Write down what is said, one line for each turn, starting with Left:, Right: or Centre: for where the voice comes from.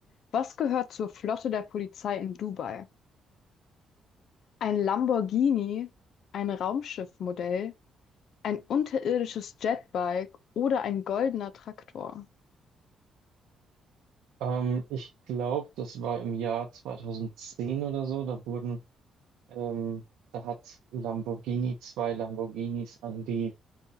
Left: Was gehört zur Flotte der Polizei in Dubai? Ein Lamborghini, ein Raumschiffmodell, ein unterirdisches Jetbike oder ein goldener Traktor? <laughs>
Right: Ähm, ich glaube, das war im Jahr 2010 oder so. Da wurden, ähm, da hat Lamborghini zwei Lamborghinis an die